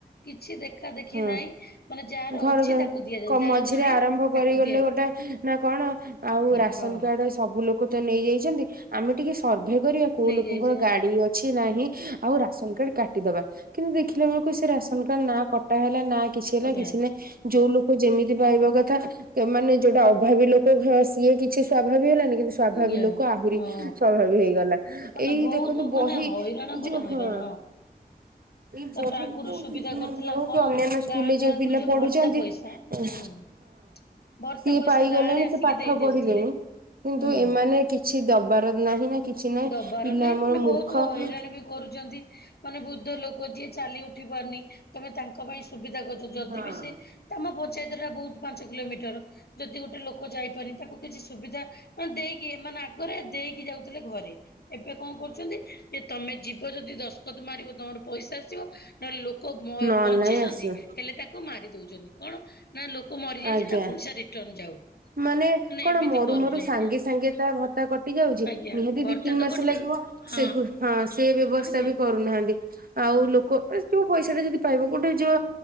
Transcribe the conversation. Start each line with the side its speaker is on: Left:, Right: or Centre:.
Left: କିଛି ଦେଖା ଦେଖି
Right: ହଁ।
Left: ନାହିଁ ମାନେ ଯାହାର
Right: ଘର
Left: ଅଛି
Right: ଦ୍ୱାର
Left: ତାକୁ ଦିଆଯାଉ
Right: କ
Left: ଯାହାର
Right: ମଝିରେ
Left: ନାହିଁ
Right: ଆରମ୍ଭ କରି
Left: ତାକୁ
Right: ଗଲେ
Left: ଦିଆଯାଉନି
Right: ଗୋଟେ ନା କଣ ଆଉ
Left: ଆଜ୍ଞା
Right: ରାସନ୍
Left: ହଁ
Right: କାର୍ଡ ସବୁ ଲୋକ ତ ନେଇ ଯାଇଛନ୍ତି ଆମେ ଟିକେ ସର୍ଭେ କରିବା କୋଉ
Left: ନେଇଯାଇଛି
Right: ଲୋକଙ୍କର ଗାଡି ଅଛି ନାହିଁ ଆଉ ରାସନ କାର୍ଡ କାଟିଦବା କିନ୍ତୁ ଦେଖିଲା ବେଳକୁ ସେ ରାସନ କାର୍ଡ ନା କଟା ହେଲା ନା କିଛି ହେଲା
Left: ଆଜ୍ଞା
Right: କିଛି ନାହିଁ ଯୋଉ ଲୋକ ଯେମିତି ପାଇବା କଥା କେ ମାନେ ଯୋଉଟା ଅଭାବୀ ଲୋକ ଘ ସିଏ କିଛି ସ୍ଵାଭାବୀ ହେଲାନି କିନ୍ତୁ ସ୍ଵଭାବି
Left: ଆଜ୍ଞା
Right: ଲୋକ ଆହୁରି
Left: ହଁ
Right: ସ୍ୱାଭାବି ହେଇଗଲା
Left: ମାନେ
Right: ଏଇ
Left: ବହୁତ
Right: ଦେଖନ୍ତୁ ବହି
Left: ମାନେ ହଇରାଣ ପରେ
Right: ଯୋଉ
Left: ହଇରାଣ
Right: ହଁ। ଏଇ
Left: ତାପରେ
Right: ବହିତ
Left: ଆଗରୁ
Right: ଯୋଉ
Left: ସୁବିଧା
Right: ଶିଶୁମନ୍ଦିର
Left: କରିଥିଲା
Right: ହୋଉ
Left: କଣ
Right: କି ଅନ୍ୟାନ୍ୟ ସ୍କୁଲରେ
Left: ଗାଁ
Right: ଯୋଉ
Left: ଗାଁ
Right: ପିଲା
Left: କୁ ଯିଏ
Right: ପଢୁଛନ୍ତି
Left: ଭର୍ତ୍ତା ପଇସା
Right: ହଁ।
Left: ହୁଁ ଭର୍ତ୍ତା
Right: ସିଏ
Left: ପଇସା
Right: ପାଇଗଲେଣି
Left: ଗାଁ ରେ ଆସିକି
Right: ସେ ପାଠ
Left: ଦେଇ ଦେଉଥିଲେ
Right: ପଢିଲେଣି କିନ୍ତୁ
Left: ହୁଁ।
Right: ଏମାନେ କିଛି ଦବାର ନାହିଁ ନା କିଛି ନାହିଁ
Left: ଦବାର
Right: ପିଲା
Left: ନାଇଁ
Right: ଆମର
Left: ମାନେ
Right: ମୂର୍ଖ
Left: ବହୁତୁ ହଇରାଣ
Right: ହଁ।
Left: ବି କରୁଛନ୍ତି ମାନେ ବୃଦ୍ଧ ଲୋକ ଯିଏ ଚାଲି ଉଠି ପାରୁନି ତମେ ତାଙ୍କ ପାଇଁ ସୁବିଧା କରିଚ ଯଦି
Right: ହଁ
Left: ବି ସେ ତମ ପଞ୍ଚାୟତଟା ବହୁତ ପାଞ୍ଚ କିଲୋମିଟର ଯଦି ଗୋଟେ ଲୋକ ଯାଇପାରି ତାକୁ କିଛି ସୁବିଧା ଅ ଦେଇକି ମାନେ ଆ ଗରେ ଦେଇକି ଯାଉଥିଲେ ଘରେ। ଏବେ କଂ କରୁଛନ୍ତି ଯେ ତମେ ଯିବ ଯଦି ଦସ୍କତ ମାରିବ ତମର ପଇସା ଆସିବ। ହେ ଲୋକ
Right: ନହେଲେ
Left: ବଞ୍ଚିଚନ୍ତି
Right: ନାଇଁ ଆସିବ
Left: ହେଲେ ତାକୁ ମାରି ଦୋଉଚନ୍ତି। କଣ ନା ଲୋକ ମରିଯାଇଚି
Right: ଆଜ୍ଞା।
Left: ତା ପଇସା ରିଟର୍ଣ ଯାଉ।
Right: ମାନେ କଣ
Left: ଏମିତି
Right: ମରୁ
Left: କରୁଛନ୍ତି
Right: ମରୁ ସାଙ୍ଗେ ସାଙ୍ଗେ ତା ଭତ୍ତା କଟି ଯାଉଚି
Left: ଆଜ୍ଞା
Right: ନିହାତି
Left: ଭର୍ତ୍ତା
Right: ଦି ତିନି
Left: ତ
Right: ମାସ
Left: କଟିଯାଉ
Right: ଲାଗିବ
Left: ହଁ
Right: ସେ କୁ ହଁ ସେ ବ୍ୟବସ୍ତା
Left: ଆଜ୍ଞା
Right: ବି କ ରୁନାହାନ୍ତି
Left: ହୁଁ
Right: ଆଉ ଲୋକ ଏ ଯୋଉ ପଇସା ଟା ଯଦି ପାଇବ ଗୋଟେ ଯୋ